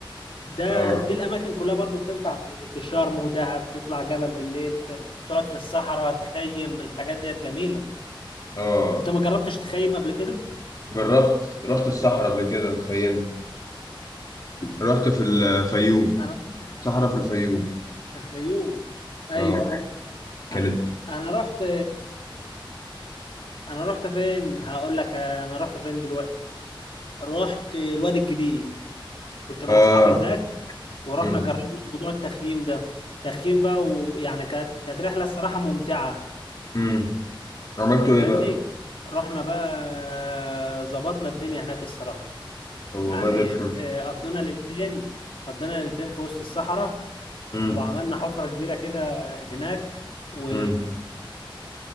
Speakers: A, on the left; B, on the left.
A: ده
B: اه
A: دي الأماكن كلها برضو بتنفع في في شرم ودهب تطلع جبل بالليل ت- تقعد في الصحراء تخيم الحاجات ديت جميلة
B: اه
A: أنت ما جربتش تخيم قبل كده؟
B: جربت رحت الصحراء قبل كده تخيل رحت في الفيوم
A: أنا رحت
B: صحراء في الفيوم
A: الفيوم أيوه
B: اه كانت
A: أنا أنا رحت أنا رحت فين؟ هقول لك أنا رحت فين دلوقتي رحت الوادي الجديد كنت مع
B: اه
A: اصحابي هناك ورحنا
B: مم.
A: جربنا موضوع التخييم ده تخييم بقى ويعني كانت كانت رحله الصراحه ممتعه
B: مم. عملتوا
A: انت
B: ايه
A: فاهمني
B: بقى؟
A: رحنا بقى ظبطنا الدنيا هناك الصراحه
B: طب والله
A: يعني
B: زي الفل
A: آه، قضينا ليلتين قضينا ليلتين في وسط الصحراء
B: مم.
A: وعملنا حفره كبيره كده هناك و...
B: مم.